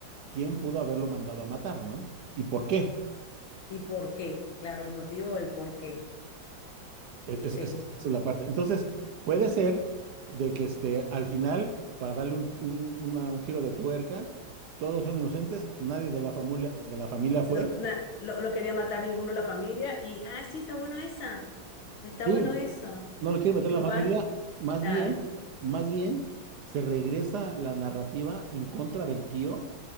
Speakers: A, on the right; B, on the left.
A: quién pudo haberlo mandado a matar, ¿no? ¿Y por qué?
B: ¿Y por qué? Claro, el motivo del por qué.
A: E-, Es-
B: Sí.
A: es- esa es la parte. Entonces, puede ser de que este, al final, para darle un, un- una- un giro de tuerca, todos son inocentes, nadie de la familia, de la familia fue.
B: Lo, na- lo, lo quería matar ninguno de la familia y, ah, sí, está bueno esa. Está
A: Sí,
B: bueno eso.
A: no lo quiere
B: Y
A: meter
B: capaz,
A: la familia, más
B: claro,
A: bien, más bien se regresa la narrativa en contra del tío